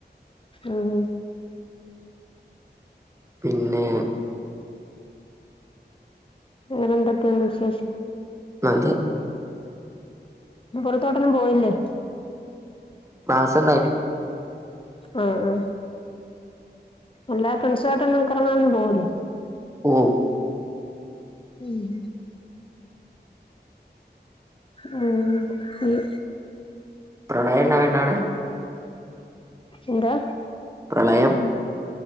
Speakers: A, on the left; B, on the right.
A: ആഹ്
B: പിന്നെ
A: വേറെന്തൊക്കെയണ്ട് വിശേഷം
B: <unintelligible>
A: പൊറത്തോട്ടൊന്നും പോയില്ലേ
B: ക്ലാസ് ഉണ്ടായിരുന്നു
A: ആ ആ എല്ലാ ഫ്രണ്ട്സു ആമായിട്ടൊ ഒന്നുംക്ക്റങ്ങ ഒന്നും പോകലേ
B: ഓ
A: ഉം ആ
B: പ്രളയ എന്നാ വേണ്ട അവിടെ
A: എന്താ
B: അയം